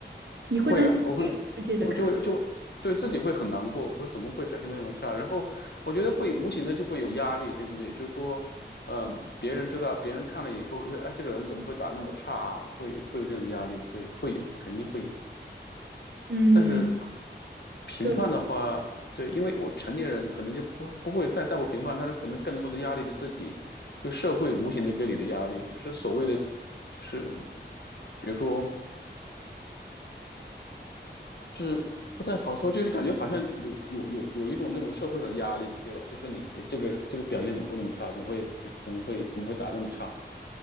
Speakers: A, on the right; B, on the left.
A: 你会担心被外界的看，
B: 会啊，我会，我就会就会对自己会很难过，或者怎么会表现的这么差？然后我觉得会无形的就会有压力，对不对？就是说，嗯、别人知道，别人看了以后，就哎，这个人怎么会打那么差啊？会会有这种压力，对，会有，肯定会有。
A: 嗯，
B: 但是评判的话，
A: 对。
B: 对，因为我成年人可能就不不会太在乎评判，但是可能更多的压力是自己，就社会无形的给你的压力，就是所谓的，就是比如说。就是不太好说，就是感觉好像有有有有一种那种社会上的压力，对吧？就说你你这个这个表现怎么会那么差，怎么会怎么会怎么会打那么差？